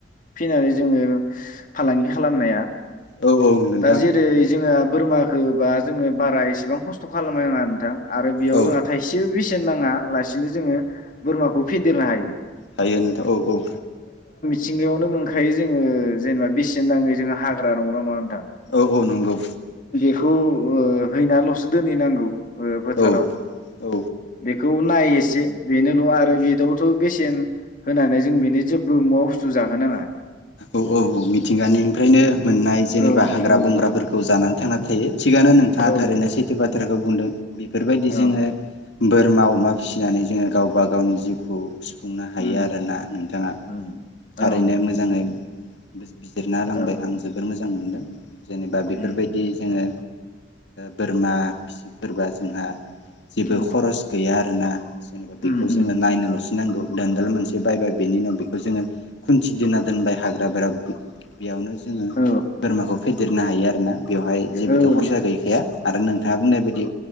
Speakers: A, on the left (about 45°); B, on the left (about 80°).
A: फिनानै जोङो फालांगि खालामनाया।
B: औ औ नोंथां
A: दा जेरै जोंङो बोरमाखोबा जोङो बारा एसेबां खस्थ' खालामनो नाङा नोंथां। आरो बेयाव
B: औ
A: जोंहा थाइसेबो बेसे सेन नाङा लासिनो जोङो बोरमाखौ फेदेरनो हायो।
B: हायो नोंथां औ औ
A: सिंगायावनो मोनखायो जोङो जेनेबा बेसेन नाङै जोङो हाग्रा नंगौ ना नङा नोंथां
B: औ औ नंगौ
A: खौ ओ हैनाल'सो दोनहैनांगौ ओ फोथाराव
B: औ
A: बे
B: औ
A: बेखौ नाय एसे बेनोल' आरो बेदावथ' बेसेन होनानै जों बेनो जेबो मुवा बुस्थु जाहोनाङा
B: औ औ औ मिथिंगानिफ्रायनो मोननाय जेनेबा
A: औ
B: हाग्रा
A: औ
B: बंग्राफोरखौ जानानै थांना खायो थिगानो नोंथाङा
A: औ
B: थारैनो सैथो बाथ्राखौ बुंदों बेफोरबायदि जोङो
A: औ
B: बोरमा अमा फिसिनानै जोङो गावबा गावनि जिउखौ खुंनो हायो
A: उम
B: आरोना नोंथाङा
A: उम
B: थारैनो
A: औ
B: मोजां ङै बिजिरना होलांबाय
A: औ
B: आं जोबोर मोजां मोजां मोनदों जेनेबा बेफोरबायदि
A: उम
B: जोङो बोरमा फिसिफोरबा जोंहा जेबो
A: उम
B: खरस गैया आरोना जेनेबा बेखौ
A: उम उम
B: जोङो नायनोल'सो नांगौ दोनदाल मोनसे बायबाय बेनि उनाव बेखौ जोङो खुनथि दोना होनबाय हाग्रा बेयावनो जोङो
A: औ
B: बोरमाखौ फेदेरनो हायो आरोना बेवहाय जेबोथ'
A: ओहो
B: खरसा गैखाया आरो नोंथाङा बुंनाय बायदि